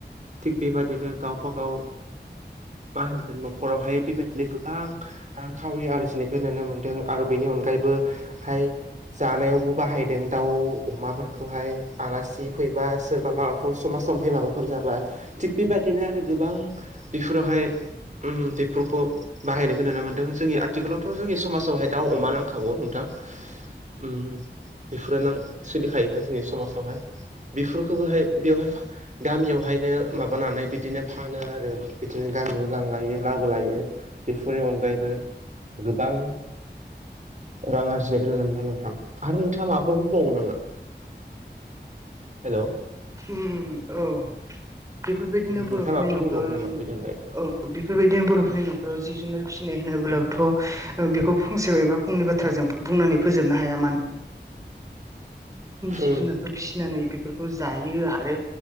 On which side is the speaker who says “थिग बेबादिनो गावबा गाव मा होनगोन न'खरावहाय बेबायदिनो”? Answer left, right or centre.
Right